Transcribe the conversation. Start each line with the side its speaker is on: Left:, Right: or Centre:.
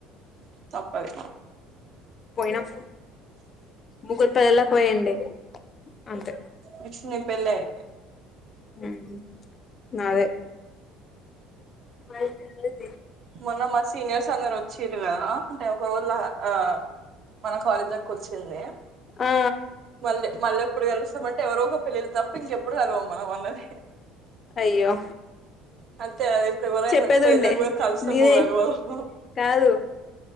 Right: తప్పది
Left: పొయినం ముగ్గురుతో ఎలా పోయండి అంతే
Right: నెక్స్ట్ నీ పెళ్ళి అయితే
Left: ఆ నాదే వైతే <unintelligible>
Right: మొన్న మా సీనియర్స్ అందరూ వచ్చి వచ్చిరు కదా అంటే ఒక రోజుల ఆ మన కాలేజ్ లోకి వచ్చింది
Left: ఆ
Right: మళ్ళీ మళ్ళీ ఎప్పుడు గెలుస్తామంటే ఎవరో ఒక పెళ్ళిలో తప్ప ఇంక ఎప్పుడు కలవము మనం అళ్న్నది <unintelligible>
Left: అయ్యో
Right: అంతే ఇప్పుడు ఎవరైనా
Left: చెప్పేది
Right: పెళ్ళకి
Left: ఉండే
Right: కూడా కలుస్తామోగలవమో
Left: నీదే కాదు